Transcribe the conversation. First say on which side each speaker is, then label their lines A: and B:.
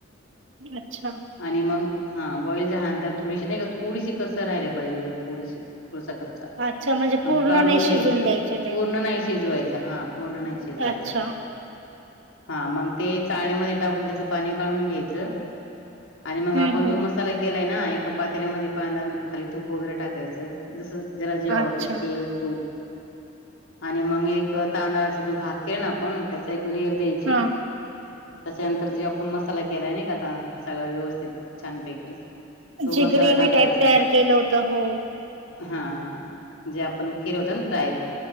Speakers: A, on the right; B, on the left.
A: अच्छा
B: आणि मग हा बॉईल झाल्यानंतर थोडीशी नाही का थोडीशी कसर राहियला पाहिजे एकदम थोडीशी पुचा कच्चा
A: अच्छा म्हणजे
B: मग
A: पूर्ण
B: काढून
A: नाही शिजून
B: घ्यायचं
A: द्यायचे ते.
B: पूर्ण नाही शिजवायच हा पूर्ण नाही शिजवायचा
A: अच्छा.
B: हा मग ते चाळणीमध्ये टाकून त्याच पाणी काढून घ्यायचं आणि मग
A: हं,
B: आपण
A: हं.
B: जो मस्त ला केलाय ना एका पात्यामध्ये प खाली तूप वगैरे टाकायचं जसं जरा जे आवडतं
A: अच्छा.
B: तेल तूप आणि मग एक तांदळाचा जो भात केला ना आपण त्याचा एक लेर द्यायची
A: हां.
B: त्याच्यानंतर जे आपण मसाला केलाय ना का आता सगळा व्यवस्थित छानपैकी तो
A: जी
B: मसाला
A: ग्रेव
B: टाकायचा
A: टाईप तयार केलं होतं हो
B: हा हा जे आपण खिरवतंत्र आहेत